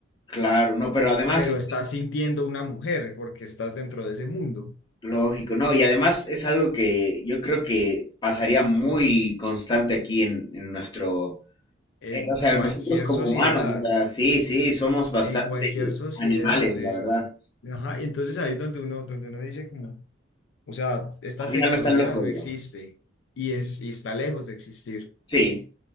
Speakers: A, on the left (about 25°); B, on the left (about 70°).
A: Claro, no, pero además.
B: pero estás sintiendo una mujer porque estás dentro de ese mundo.
A: Lógico, no, y además es algo que yo creo que pasaría muy constante aquí en, en nuestro,
B: En
A: eh, o sea,
B: cualquier
A: nosotros como
B: sociedad,
A: humanos, o sea, sí, sí, somos bastante
B: en cualquier sociedad
A: animales, la
B: es...
A: verdad.
B: Ajá, y entonces ahí es donde uno, donde uno dice como, o sea, esta
A: Al final
B: tecnología
A: no están locos,
B: no existe
A: ¿no?
B: y, es, y está lejos de existir.
A: Sí,